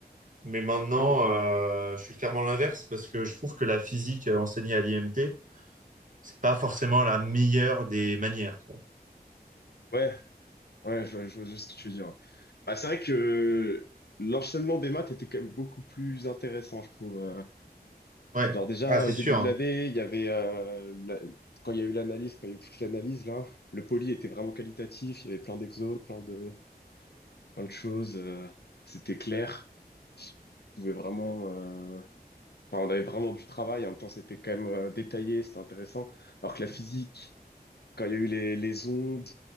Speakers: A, on the right (about 50°); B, on the left (about 75°).
A: mais maintenant,
B: Ah,
A: euh, je suis clairement l'inverse parce que je trouve que la physique euh, enseignée à l'IMT, c'est pas forcément la meilleure des manières, quoi.
B: ouais, ouais, je, je, je sais ce que tu veux dire. Bah, c'est vrai que euh, l'enchaînement des maths était quand même beaucoup plus intéressant, je trouve. euh,
A: Ouais,
B: Genre déjà,
A: ah, c'est
B: euh,
A: sûr.
B: début de
A: hein.
B: l'année, il y avait euh, la- quand il y a eu l'analyse, quand il y a eu toute l'analyse là, le poly était vraiment qualitatif, il y avait plein d'exos, plein de plein de choses, euh, c'était clair, on pouvait vraiment euh, enfin on avait vraiment du travail, en même temps c'était quand même euh, détaillé, c'était intéressant. Alors que la physique, quand il y a eu les, les ondes,